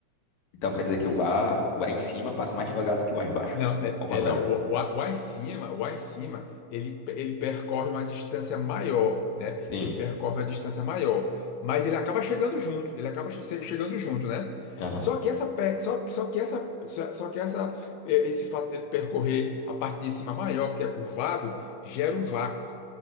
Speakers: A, on the left (about 65°); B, on the left (about 85°).
A: Então quer dizer que o ar, o ar em cima passa mais devagar do que o ar embaixo?
B: Não, é,
A: Ao contrário.
B: é não. O- o- Lá, em cima, lá em cima, ele, ele percorre uma distância maior, né?
A: Sim.
B: Ele percorre uma distância maior, mas ele acaba chegando junto. Ele acaba che- che- chegando junto, né?
A: Aham.
B: Só que essa, pe- só, só que essa, só, só que essa, eh, esse fato dele percorrer a parte de cima maior, porque é curvado, gera um vácuo.